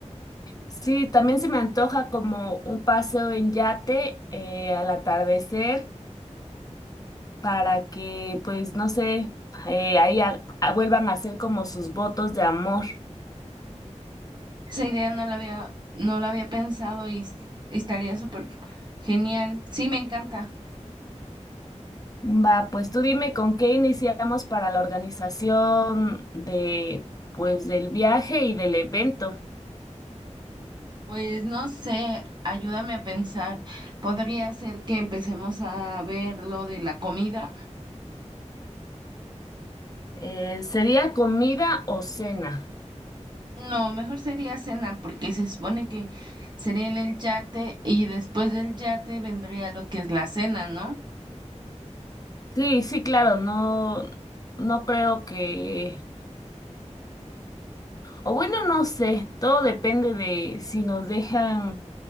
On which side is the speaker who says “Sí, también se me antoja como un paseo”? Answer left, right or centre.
Left